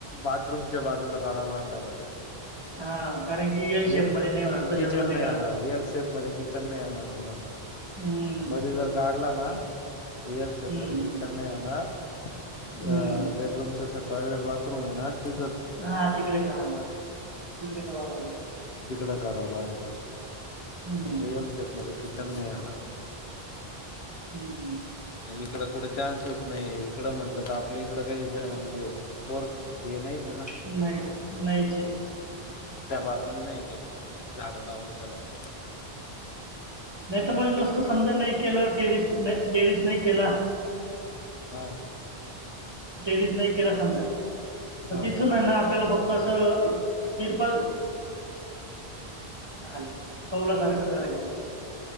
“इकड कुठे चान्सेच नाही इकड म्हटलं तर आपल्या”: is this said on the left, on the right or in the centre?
Left